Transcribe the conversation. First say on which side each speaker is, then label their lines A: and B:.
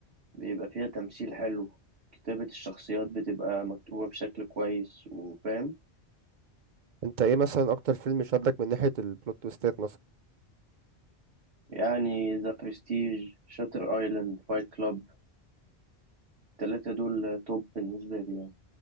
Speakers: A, on the right (about 70°); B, on the right (about 50°).
A: بيبقى فيها تمثيل حلو كتابه الشخصيات بتبقى مكتوبه بشكل كويس وفاهم
B: انت ايه مثلا اكتر فيلم شدك من ناحيه البلوت تويستات مثلا
A: يعني ذا برستيج شاتر ايلاند فايت كلاب التلاتة دول توب بالنسبه لي يعني